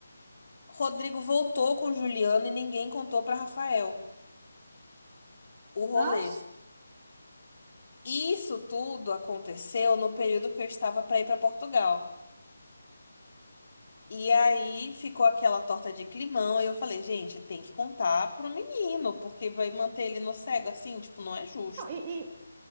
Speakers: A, on the left (about 45°); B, on the right (about 20°).
A: Rodrigo voltou com Juliana e ninguém contou para Rafael o rolê.
B: Ah,
A: Isso tudo aconteceu no período que eu estava para ir para Portugal. E aí ficou aquela torta de climão e eu falei, gente, tem que contar pro menino, porque vai manter ele no cego assim, tipo, não é justo.
B: não, e, e-